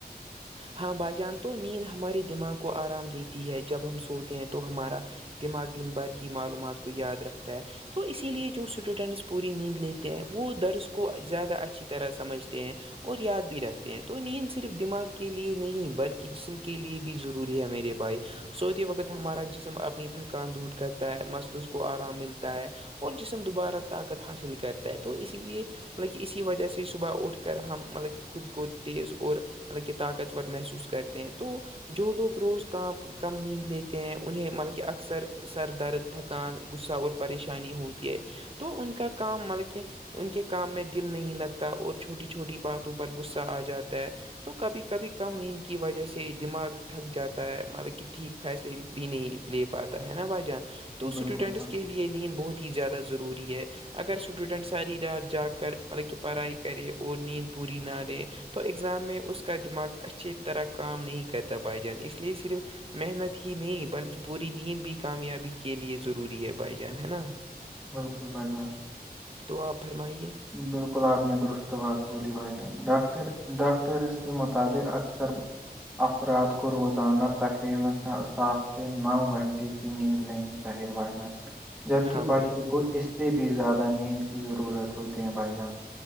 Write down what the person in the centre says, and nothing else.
بالکل صاحب
بالکل بھائی جان
بالکل آپ نے درست بات بولی بھائی جان ڈاکٹر ڈاکٹرس کے مطابق اکثر افراد کو روزانہ تقریبا سات سے نو گھنٹے کی نیند لینی چاہیے بائی جان جبکہ
بچوں
کو اس سے بھی زیادہ نیند کی ضرورت ہوتی ہے بھائی جان